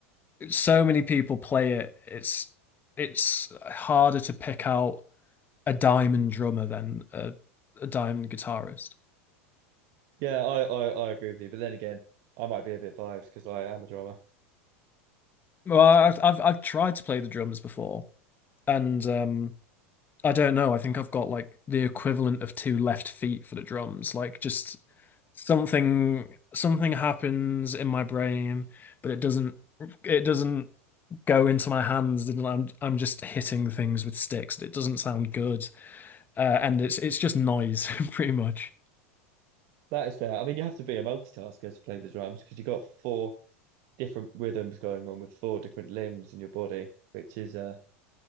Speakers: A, on the left; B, on the right.
A: So many people play it. It's it's harder to pick out a diamond drummer than a, a diamond guitarist.
B: Yeah, I, I, I agree with you. But then again, I might be a bit biased because I am a drummer.
A: Well, I've I've I've tried to play the drums before, and um, I don't know. I think I've got like the equivalent of two left feet for the drums. Like just something something happens in my brain, but it doesn't it doesn't go into my hands and I'm I'm just hitting things with sticks. It doesn't sound good. Uh, and it's it's just noise <laughs> pretty much.
B: That is fair. I mean, you have to be a multitasker to play the drums because you've got four different rhythms going on with four different limbs in your body, which is uh,